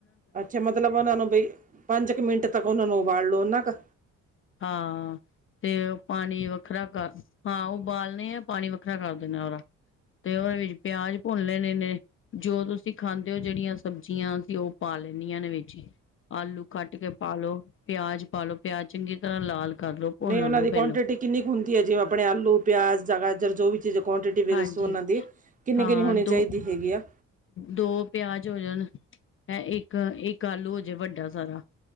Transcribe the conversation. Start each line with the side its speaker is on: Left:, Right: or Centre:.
Right: ਅੱਛਾ, ਮਤਲਬ ਓਨਾਂ ਨੂੰ ਬਈ, ਪੰਜ ਕੁ ਮਿੰਟ ਤੱਕ ਓਨਾਂ ਨੂੰ ਉਬਾਲ ਲੋ ਓਨਾਂ ਕ
Left: ਹਾਂ, ਤੇ ਓ ਪਾਣੀ ਵ ਖਰਾ ਕਰ, ਹਾਂ ਉਬਾਲਣੇ ਆ ਪਾਣੀ ਵੱਖਰਾ ਕਰ ਦੇਣਾ ਓਦਾ ਤੇ ਓਦੇ ਵਿੱਚ ਪਿਆਜ ਭੁੰਨ ਲੈਣੇ ਨੇਂ ਜੋ ਤੁਸੀਂ ਖਾਂਦੇ ਹੋ ਜੇੜੀਆਂ ਸਬਜ਼ੀਆਂ ਓ ਪਾ ਲੈਂਨੀਆਂ ਨੇ ਵਿੱਚ ਈ। ਆਲੂ ਖੱਟ ਕੇ ਪਾਲੋ, ਪਿਆਜ ਪਾ ਲੋ। ਪਿਆਜ ਚੰਗੀ ਤਰ੍ਹਾਂ ਲਾਲ ਕਰਲੋ ਭੁੰਨ
Right: ਨਹੀਂ ਉਹਨਾਂ
Left: ਲੋ
Right: ਦੀ
Left: ਪੇਲੋਂ
Right: ਕੁਆਂਟਿਟੀ ਕਿੰਨੀ ਕੁ ਹੁੰਦੀ ਐ, ਜਿਵੇਂ ਆਪਣੇ ਆਲੂ, ਪਿਆਜ ਜਾਂ ਗਾਜਰ ਜੋ ਵੀ ਚੀਜ਼ ਕੁਆਂਟਿਟੀ ਵੀ
Left: ਹਾਂਜੀ
Right: ਦੱਸੋ ਓਨਾਂ ਦੀ ਕਿੰਨੀ-ਕਿੰਨੀ
Left: ਹਾਂ
Right: ਹੋਣੀ
Left: ਦੋ
Right: ਚਾਈਦੀ ਹੈਗੀ ਆ।
Left: ਦੋ ਪਿਆਜ ਹੋ ਜਾਣ, ਹੈਂ ਇੱਕ, ਇੱਕ ਆਲੂ ਹੋਜੇ ਵੱਡਾ ਸਾਰਾ।